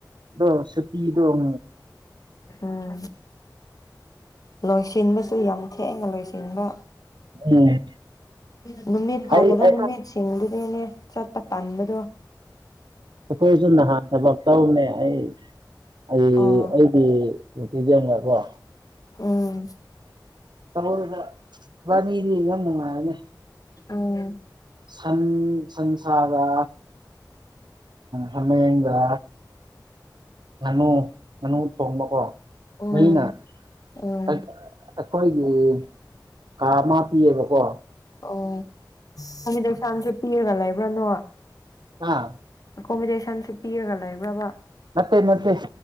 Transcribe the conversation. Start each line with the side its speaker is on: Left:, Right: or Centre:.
Right: ꯑꯗꯣ ꯁꯨꯇꯤꯗꯣꯨ
Left: ꯎꯝ ꯂꯣꯏꯁꯤꯟꯕꯁꯨ ꯌꯥꯝ ꯊꯦꯡꯅ ꯂꯣꯏꯁꯤꯟꯕ
Right: ꯎꯝ
Left: ꯎ ꯅꯨꯃꯤꯠ ꯐꯥꯗꯕ
Right: ꯑꯩ ꯑꯩ
Left: ꯅꯨꯃꯤꯠꯁꯤꯡꯗꯨꯅꯦꯅꯦ ꯆꯠꯇꯄ ꯇꯗꯣ
Right: ꯑꯩꯈꯣꯏꯁꯨ ꯅꯍꯥꯟ ꯊꯕꯛ ꯇꯧꯅꯦ ꯑꯩ ꯑꯩ
Left: ꯑꯣ
Right: ꯑꯩꯒꯤ ꯎꯗꯉꯄꯥ
Left: ꯎꯝ
Right: ꯗ ꯋꯥꯅꯤꯗꯤ ꯌꯥꯝ ꯅꯨꯡꯉꯥꯏꯔꯅꯦ
Left: ꯑꯣꯝ
Right: ꯁꯟ ꯁꯟꯁꯥꯒ ꯍꯥꯃꯦꯡꯒ ꯉꯥꯅꯨ ꯉꯥꯅꯨ ꯊꯣꯡꯕꯀꯣ
Left: ꯎꯝ
Right: ꯃꯤꯅ
Left: ꯎꯝ
Right: ꯑꯩꯈꯣꯏꯒꯤ ꯀꯥ ꯑꯃ ꯄꯤꯌꯦꯕꯀꯣ
Left: ꯑꯣ ꯐꯃꯤꯗꯧꯁꯝꯁꯦ ꯄꯤꯔꯒ ꯂꯩꯕ꯭ꯔꯅꯣ
Right: ꯑꯥ
Left: ꯑꯦꯀꯣꯃꯤꯣꯗꯦꯁꯟꯁꯨ ꯄꯤꯔꯒ ꯂꯩꯕ꯭ꯔꯕ
Right: ꯅꯠꯇꯦ ꯅꯠꯇꯦ